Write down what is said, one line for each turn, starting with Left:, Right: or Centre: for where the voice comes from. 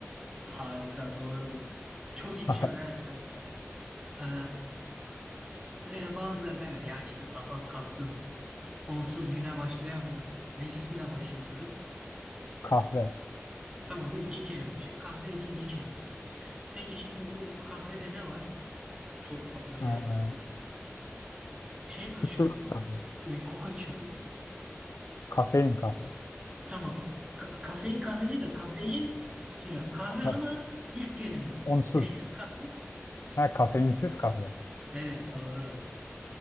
Right: Harika, doğru. Çok içiyorsun
Left: <laughs>
Right: he kanka. Ee, öyle bazıları der ya, ya işte sabah kalktım. Onsuz güne başlayamıyorum. Neşsiz güne başlayamıyorum.
Left: Kahve.
Right: Tamam bu iki kelime bir şey. Kahve ikinci kelime. Peki şimdi bu kahvede ne var? Çok fa- böyle
Left: Ee,
Right: şey kaçırıyor.
Left: Sütlü kahve.
Right: Uyku kaçırıyor.
Left: Kafein kahve.
Right: Tamam. Ka- kafein kahve değil de kafein. Şimdi kahve
Left: Ka-
Right: ama ilk kelimesiz.
Left: onsuz.
Right: Neysiz kahve?
Left: Ha, kafeinsiz kahve.
Right: Evet doğru.